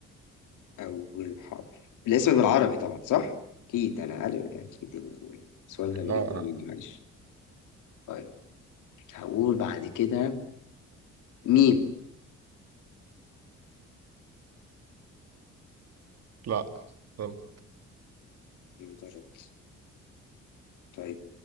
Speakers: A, on the left; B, on the right.
A: أول حرف الاسم بالعربي طبعا صح؟ أكيد أنا عارف أكيد إني بقول. سؤال غبي
B: لا
A: جدا
B: آه.
A: مني معلش طيب هقول بعد كده ميم
B: لا غلط
A: درجات. طيب